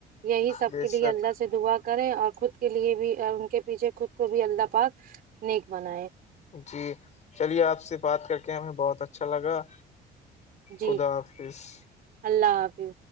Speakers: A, on the right; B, on the left.
A: یہی سب
B: بے
A: کے
B: شک
A: لیے اللہ سے دعا کریں اور خود کے لیے بھی ان کے پیچھے خود کو بھی اللہ پاک نیک بنائے
B: جی چلیے آپ سے بات کر کے ہمیں بہت اچھا لگا
A: جی
B: خدا حافظ
A: اللہ حافظ